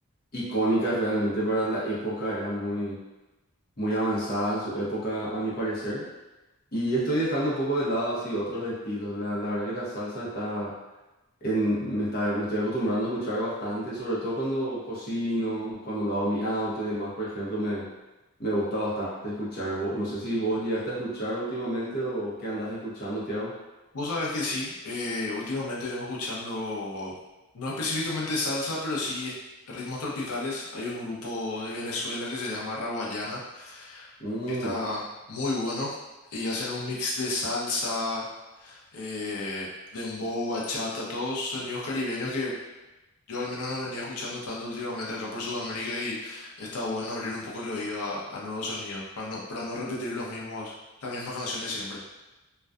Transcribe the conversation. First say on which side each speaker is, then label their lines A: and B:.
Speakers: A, on the left; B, on the left.
A: icónicas realmente para la época, era muy, muy avanzada su época a mi parecer. Y estoy dejando un poco de lado así otros estilos. La, la verdad que la salsa está en, me está, me estoy acostumbrando a escuchar bastante, sobre todo cuando cocino, cuando lavo mi auto y demás, por ejemplo, me, me gusta bastante escuchar. Vo- No sé si vos llegaste a escuchar últimamente o qué andas escuchando, Tiago.
B: Vos sabés que sí, eh, últimamente vengo escuchando, no específicamente salsa, pero sí es- ritmos tropicales. Hay un grupo de Venezuela que se llama Rawayana,
A: Mm,
B: que está muy bueno, y hacen un mix de salsa, eh, dembow, bachata, todos sonidos caribeños que yo al menos no venía escuchando tanto últimamente acá por Sudamérica y está bueno abrir un poco el oído a, a nuevos sonidos, para no, para no repetir los mismos, las mismas canciones siempre.